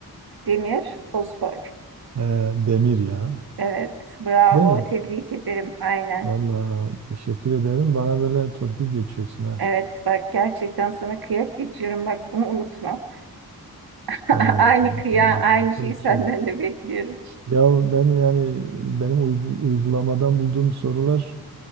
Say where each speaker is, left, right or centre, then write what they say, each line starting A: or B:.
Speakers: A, on the right; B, on the right.
A: demir, fosfor.
B: Ee, demir ya.
A: Evet, bravo.
B: Değil mi?
A: Tebrik ederim. Aynen.
B: Vallahi teşekkür ederim. Bana böyle torpil geçiyorsun ha.
A: Evet, bak gerçekten sana kıyak geçiyorum. Bak bunu unutma. <laughs>
B: Tamam.
A: Aynı kıya,
B: Ee,
A: aynı şeyi
B: Peki.
A: senden de bekliyorum.
B: Ya ben yani benim uygu- uygulamadan bulduğum sorular